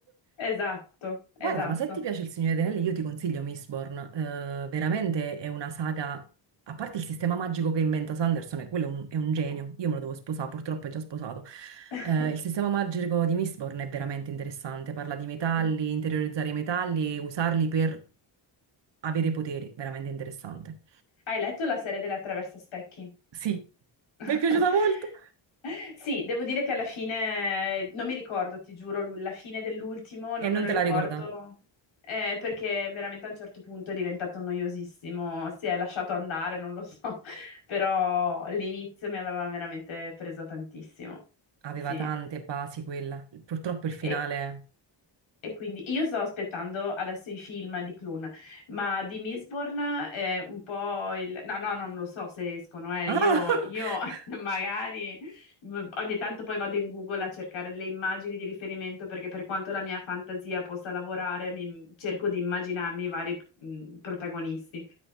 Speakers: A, on the left; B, on the right.
A: Esatto, esatto.
B: Guarda, ma se ti piace Il Signore degli Anelli, io ti consiglio Mistborn. Eh, veramente è una saga, a parte il sistema magico che inventa Sanderson, e quello è un, è un genio. Io me lo devo sposare, purtroppo è già sposato.
A: <laughs>
B: Eh, il sistema magico di Mistborn è veramente interessante. Parla di metalli,
A: Com-
B: interiorizzare i metalli e usarli per avere poteri. Veramente interessante.
A: Hai letto la serie della Traversa Specchi?
B: Sì,
A: <laughs>
B: mi è piaciuta molto.
A: Sì, devo dire che alla fine eh, non mi ricordo, ti giuro, l'u- la fine dell'ultimo non
B: E non
A: me lo
B: te
A: ricordo,
B: la ricorda?
A: eh, perché veramente a un certo punto è diventato noiosissimo, si è lasciato andare, non lo so, <laughs> però l'inizio mi aveva veramente preso tantissimo.
B: Aveva
A: Sì.
B: tante basi quella. Purtroppo il finale...
A: E- e quindi io sto aspettando adesso i film di Clun, ma di Mistborn è un po' il... No, no, non lo so se escono, eh.
B: Ah!
A: Io,
B: <laughs>
A: io <laughs> magari m- ogni tanto poi vado in Google a cercare le immagini di riferimento perché per quanto la mia fantasia possa lavorare, mi- cerco di immaginarmi i vari mh, protagonisti.